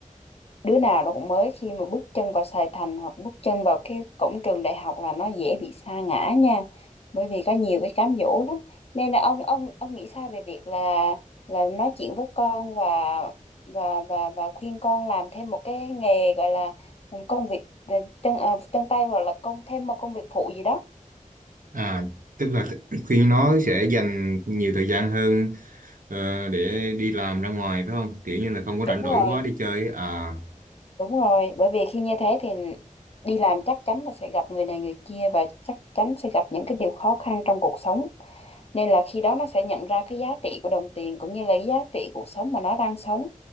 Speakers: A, on the left; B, on the right.
A: đứa nào nó cũng mới khi mà bước chân vào Sài Thành hoặc bước chân vào cái cổng trường đại học là nó dễ bị sa ngã nha bởi vì có nhiều cái cám dỗ lắm nên là ông ông ông nghĩ sao về việc là là nói chuyện với con và và và và khuyên con làm thêm một cái nghề gọi là công việc ờ, chân à, chân tay hoặc là công thêm một công việc phụ gì đó
B: À, tức là khi <clears throat> nó sẽ dành nhiều thời gian hơn ờ, để đi làm ra ngoài phải không? Kiểu như là không có
A: đúng
B: rảnh rỗi
A: rồi
B: quá đi chơi ấy. à
A: đúng rồi bởi vì khi như thế thì đi làm chắc chắn là sẽ gặp người này người kia và chắc chắn sẽ gặp những cái điều khó khăn trong cuộc sống nên là khi đó nó sẽ nhận ra cái giá trị của đồng tiền cũng như là cái giá trị cuộc sống mà nó đang sống